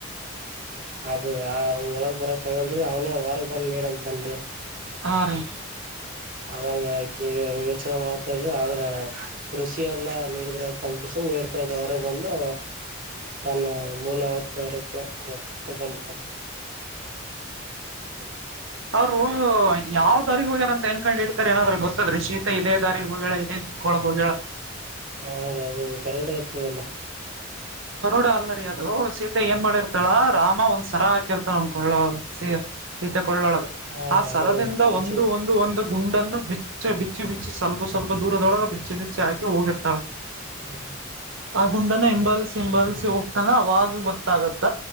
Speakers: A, on the right (about 40°); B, on the right (about 65°).
A: ಅದು ಆ ಒಳಗ್ ಬರಕ್ ಆಗಲ್ರರಿ ಅವನ ಹೊರಗ್ ಬಂದ್ ನೀರ್ ಅಂತನ್ರಿ <unintelligible>
B: ಹಾ ರೀ
A: ಅವಾಗ ಯೋಚನೆ ಮಾಡ್ತಾಡ್ರಿ ಆದ್ರ ರುಷಿ ಎಲ್ಲಾ ನೀಡಿದ್ರ ಆಯ್ತ ಅಕೃಷನ್ ನೀಡ್ತಾ ಇದ್ರಿ ಹೊರಗ್ ಬಂದು ತನ್ನ ಮೂಲ ಅವತಾರ ಸರ್ಕೊಂಡ
B: ಅವರು ಯಾವ ದಾರಿ ಹೋಗ್ಯಾರಂತ ಎನ್ಕೊಂಡ್ ಹೇಳಿ. ನಾದ್ರ ಗೊತ್ತದ್ರೀ ಶೀತ ಇದದೆೇ ದಾರಿ ಹೋಗ ಹೇಳಾ ಇದೇ ದಿಕ್ಕ ಒಳಗ್ ಹೋ
A: ಹಾ ರೀ ಅದು ಕರಡೆ ಇರ್ತದಲ್ಲಾ
B: ಗರಡ ಅಲ್ಲರಿ ಅದು ಸೀತೆ ಏನ್ ಮಾಡಿರ್ತಾಳ ರಾಮ ಒಂದ್ ಸರ ಹಾಕಿರ್ತಳ ಅನ್ಕೊಳ್ಳೋ ಸ ಸೀತೆ ಕೊಳ್ಳೊಳಗ
A: ಹಾ
B: ಆ
A: ರೀ
B: ಸರದಿಂದ
A: ಅದನ್ನು ಹೆಚ್ಚ
B: ಒಂದು ಒಂದು ಒಂದು ಗುಂಡನ್ನು ಬಿಚ್ಚಿ ಬಿಚ್ಚಿ ಬಿಚ್ಚಿ ಸ್ವಲ್ಪ ಸ್ವಲ್ಪ ದೂರದೊಳಗೆ ಬಿಚ್ಚಿ ಬಿಚ್ಚಿ ಹಾಕಿ ಹೋಗಿರ್ತಾಳೆ
A: ಹ್ಮ
B: ಆ ಗುಂಡನ್ನ ಹಿಂಬಾಲಿಸಿ- ಹಿಂಬಾಲಸಿ ಹೋಗ್ತನಾ ಅವಾಗ ಗೊತ್ತಾಗತ್ತ